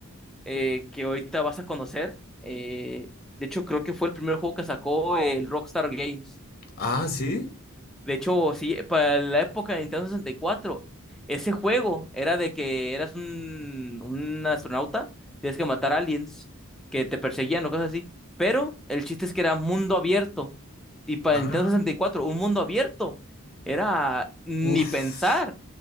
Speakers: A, in the centre; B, on the left.
A: eh, que ahorita vas a conocer. Eh, de hecho, creo que fue el primer juego que sacó el Rockstar Games.
B: Ah, sí.
A: De hecho, sí, para la época de Nintendo sesenta y cuatro, ese juego era de que eras un, un astronauta, tienes que matar aliens que te perseguían o cosas así. Pero el chiste es que era mundo abierto. Y para
B: Ah,
A: el Nintendo sesenta y cuatro, un mundo abierto era ni
B: uff,
A: pensar.